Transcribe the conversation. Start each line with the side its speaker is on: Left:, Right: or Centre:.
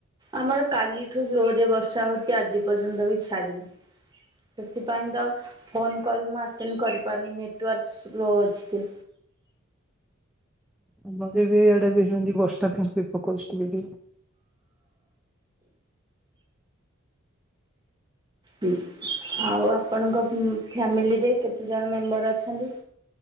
Right: ଆମର କାଲିଠୁ ଜୋର୍ ରେ ବର୍ଷା ହଉଚି ଆଜି ପର୍ଯ୍ୟନ୍ତ ବି ଛାଡିନି। ସେଥିପାଇଁ ତ ଫୋନ କଲ୍ ମୁଁ ଆଟେନ କରିପାରୁନି ନେଟୱାର୍କ ସ୍ଲୋ ଅଛି ଯେ।
Centre: ଆମର ବି ଇଆଡେ ବି ହେମିତି ବର୍ଷା ଫିମ୍ପି ପକଉଚି ଟିକେ ଟିକେ।
Right: ହୁଁ ଆଉ ଆପଣଙ୍କ ଫ୍ୟାମିଲିରେ କେତେ ଜଣ ମେମ୍ବର ଅଛନ୍ତି?